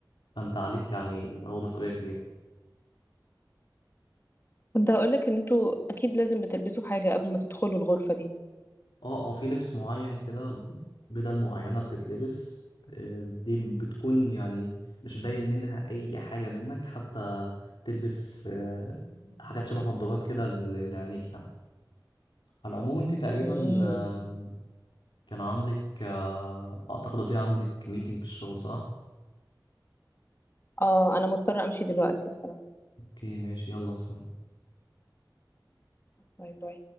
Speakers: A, on the left; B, on the left.
A: فانت عليك يعني اللي هو مسؤولية كبيرة
B: كنت هقولك ان انتوا اكيد لازم بتلبسوا حاجة قبل ما تدخلوا الغرفة دي
A: اه اه في لبس معين كده بدل معينة بتتلبس أم، دي بتكون يعني مش باين منها أي حاجة منك حتى تلبس أه، حاجات شبه نظارات كده لعينيك يعني على العموم انت تقريبا
B: مم.
A: آه، كان عندك آه، اعتقد دي عندك ميتنج في الشغل صح؟
B: اه انا مضطرة امشي دلوقتي بصراحة
A: اوكي ماشي يلا سلام
B: باي باي